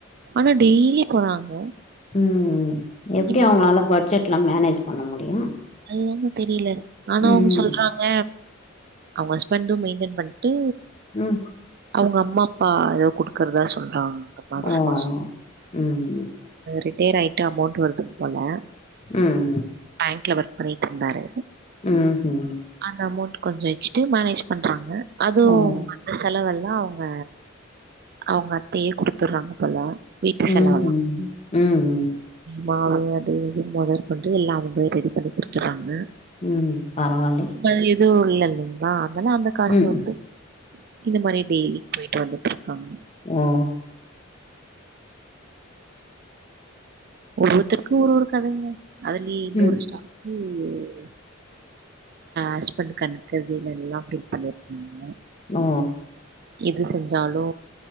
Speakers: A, on the right; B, on the left.
A: ஆனா டெய்லி போறாங்க
B: ம் ம் எப்டி
A: இப்படி
B: அவங்களால பட்ஜெட்ல்லா மேனேஜ் பண்ண முடியு
A: அதுதாங்க தெரில ஆனா
B: ம்
A: அவுங்க சொல்றாங் க அவுங்க ஹஸ்பண்ட்டு மெயின்டென் பண்ட்டு
B: ம்
A: அவங்க அம்மா அப்பா எதோ குடுக்கறதா சொல்றாங்க அ மாசமாசோ
B: ஓ ம்
A: ரிட்டையர் ஆயிட்டு அமௌன்ட் வருது போல
B: ம்
A: பேங்க்ல ஒர்க் பண்ணிட்டு இருந்தாரு
B: ம்ஹு
A: அந்த அமௌண்ட் கொஞ்ச வச்ட்டு மேனேஜ் பண்றாங்க அதுவு
B: ஓ
A: இந்த செலவெல்லா அவுங்க அவுங்க அத்தையே குடுத்துட்றாங்க போல வீட்டு
B: ம்ஹு
A: செலவெல்லாம்.
B: ம் ம்
A: மாவு அது இது மொதற்கொண்டு எல்லா அவுங்களே ரெடி பண்ணி குடுத்துறாங்க
B: ம் பரவால்லே
A: வேற எதுவு இல்ல இல்லைங்களா அதலா அந்த காசு
B: ம்
A: வந்து இந்த மாரி டெய்லி போய்ட்டு வந்துட்டுருக்காங்க
B: ஒ ஒ
A: ஒவ்வொருத்தருக்கு ஒரு ஒரு கதைங்க அதுலயே இன்னொரு
B: ம்
A: ஸ்டா ம் ஹஸ்பண்ட் கண்டுகறதேயில்லானேல்லா ஃபீல் பண்ணிருக்காங்க
B: நோ
A: எது செஞ்சாலு